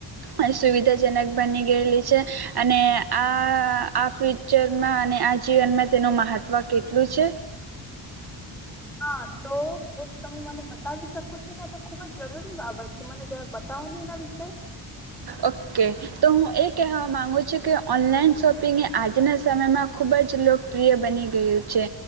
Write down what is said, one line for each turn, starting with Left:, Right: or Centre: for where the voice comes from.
Right: અન સુવિધાજનક બની ગયેલી છે અને આ આ આ ફ્યુચરમાં અને આ જીવનમાં તેનું મહત્ત્વ કેટલું છે.
Centre: હા તો તો તમે મને બતાવી શકો છો ને આ તો ખુબ જ જરૂરી બાબત છે મને જ બતાવો ને એના વિશે.
Right: ઓકે તો હું એ કહેવા માગુ છું કે ઓનલાઈન શોપિંગ એ આજના સમયમાં ખૂબ જ લોકપ્રિય બની ગયું છે.